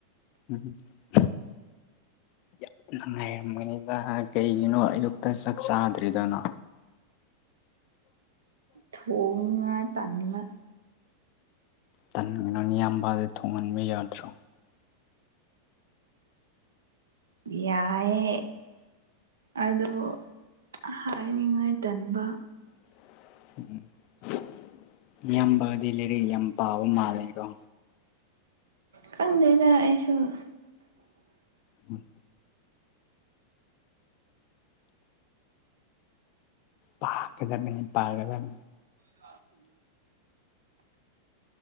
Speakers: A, on the left (about 40°); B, on the right (about 65°).
A: <unintelligible> ꯌꯥꯝ ꯅꯨꯡꯉꯥꯏꯔꯝꯒꯅꯤꯗ ꯀꯩꯒꯤꯅꯣ ꯑꯌꯨꯛꯇ ꯆꯥꯛ ꯆꯥꯗ꯭ꯔꯤꯗꯨꯅ
B: ꯊꯣꯡꯅꯤꯉꯥꯏ ꯇꯟꯕ
A: ꯇꯥꯟꯒꯅꯣ ꯅꯌꯥꯝꯕꯗ ꯊꯣꯡꯍꯟꯕ ꯌꯥꯗ꯭ꯔꯣ
B: ꯌꯥꯏꯌꯦ ꯑꯗꯣ ꯍꯥꯏꯅꯤꯡꯉꯥꯏ ꯇꯟꯕ
A: <unintelligible> ꯅꯌꯝꯕꯒꯗꯤ ꯂꯩꯔꯤꯛ ꯌꯥꯝ ꯄꯥꯕ ꯃꯥꯜꯂꯦꯀꯣ
B: ꯈꯪꯗꯦꯗ ꯑꯩꯁꯨ <unintelligible>
A: ꯎꯝ ꯄꯥꯒꯗꯕꯅꯤ ꯄꯥꯒꯗꯝ
B: <inaudible>